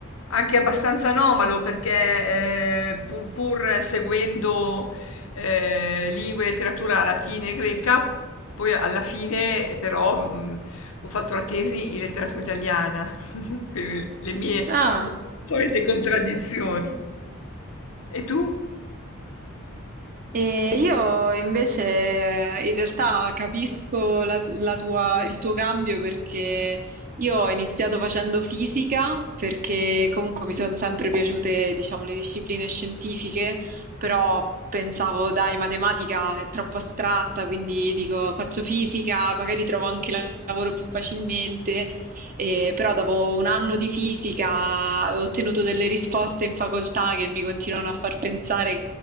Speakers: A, on the left; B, on the right.
A: anche abbastanza anomalo perché, ehm, pur pur seguendo, ehm, lingue e letteratura latina e greca, poi alla fine eh, però, mhmm, ho fatto la tesi in letteratura italiana, <laughs> quindi le mie
B: Ah!
A: solite contraddizioni. E tu?
B: E io invece eh, in realtà capisco la tu- la tua- il tuo cambio perché io ho iniziato facendo fisica perché comunque mi sono sempre piaciute, diciamo, le discipline scientifiche, però pensavo, dai, matematica è troppo astratta, quindi dico faccio fisica, magari trovo anche la- lavoro più facilmente. E però dopo un anno di fisica ho ottenuto delle risposte in facoltà che mi continuano a far pensare